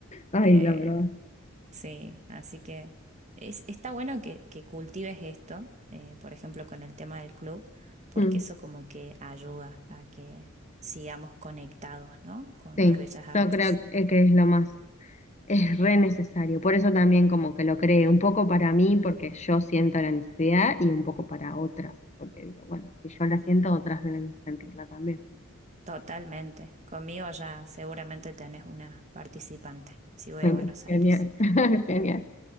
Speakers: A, on the left; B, on the right.
A: Ay,
B: Eh,
A: la verdad.
B: Sí, así que es, está bueno que, que cultives esto, eh, por ejemplo, con el tema del club, porque
A: Mm.
B: eso como que ayuda a que sigamos conectados, ¿no? Con
A: Sí,
B: las bellas artes.
A: yo creo eh, que es lo más. Es re necesario. Por eso también como que lo creé, un poco para mí, porque yo siento la necesidad, y un poco para otras, porque digo, bueno, si yo la siento, otras deben sentirla también.
B: Totalmente. Conmigo ya seguramente tenés una participante, si voy
A: Bueno,
B: a Buenos
A: genial,
B: Aires.
A: <laughs> genial.